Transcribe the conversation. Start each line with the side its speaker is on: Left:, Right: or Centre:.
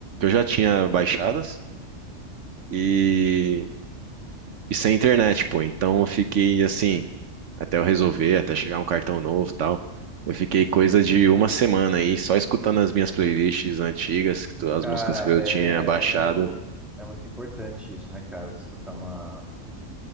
Right: eu já tinha baixadas e, e sem internet, pô. Então, eu fiquei assim, até eu resolver, até chegar um cartão novo e tal. Eu fiquei coisa de uma semana aí, só escutando as minhas playlists antigas, as
Centre: Cara,
Right: músicas que eu
Centre: é,
Right: tinha baixado
Centre: é muito, é muito importante isso, né, cara? Escutar uma,